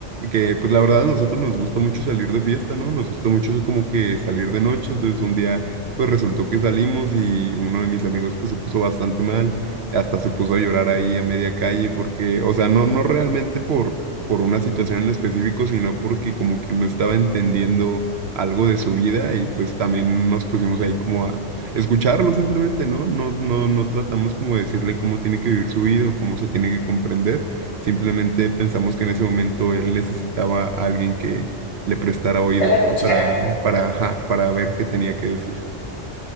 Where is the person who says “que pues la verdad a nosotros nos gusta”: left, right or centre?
Right